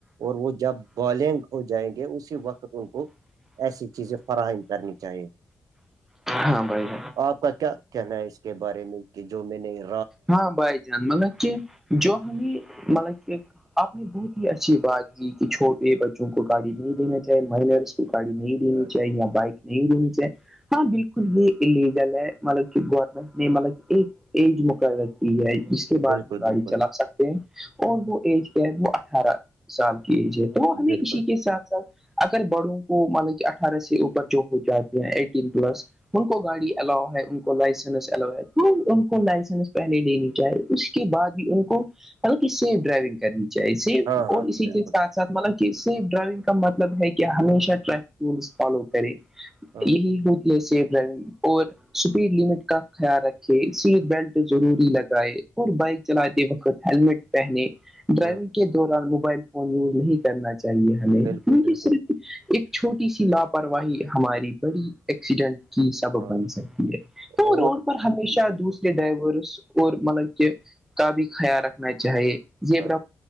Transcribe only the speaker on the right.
اور وہ جب بالنگ ہو جائیں گے اسی وقت ان کو ایسی چیزیں فراہم کرنی چاہیے
آپ کا کیا کہنا ہے اس کے بارے میں کہ جو میں نہیں
ہاں
بالکل
بالکل
بالکل
ہاں ہاں
بالکل
ہاں
ہاں
بالکل بالکل
ہاں
اور
بالکل
ہاں